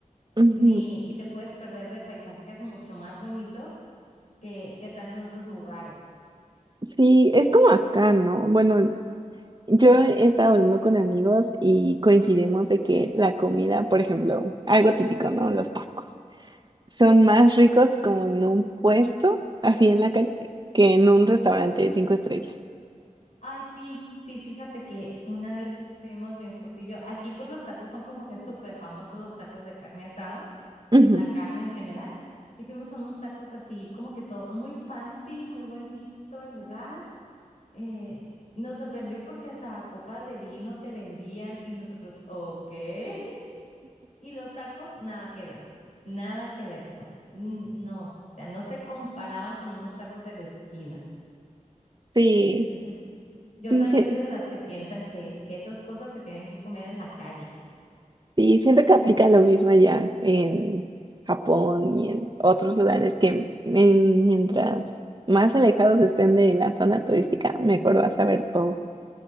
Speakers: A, on the right (about 35°); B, on the left (about 65°).
A: ujú.
B: ni, y te puedes perder de paisajes mucho más bonitos que, que están en otros lugares.
A: Sí, es como acá, ¿no? Bueno, Yo he estado hablando con amigos y coincidimos de que la comida, por ejemplo, algo típico, ¿no? Los tacos, son más ricos como en un puesto, así en la calle, que en un restaurante de cinco estrellas.
B: Ay, sí, sí, fíjate que una vez fuimos mi esposo y yo, aquí pues los tacos son como que súper famosos los tacos de carne asada.
A: Ujú.
B: la carne en general, y fuimos a unos tacos así, como que todo muy fancy, muy bonito el lugar. Eh, nos sorprendió porque hasta copas de vino te vendían y nosotros, ok. <laughs> Y los tacos, nada que ver, nada que ver. o- n- No, o sea, no se comparaban con unos tacos de la esquina.
A: Sí,
B: Entonces, yo
A: sí,
B: también
A: sí,
B: soy de las que piensan que, que esas cosas se tienen que comer en la calle.
A: sí, siento que aplica lo mismo allá en Japón y en otros lugares que en- mientras más alejados estén de la zona turística, mejor vas a ver todo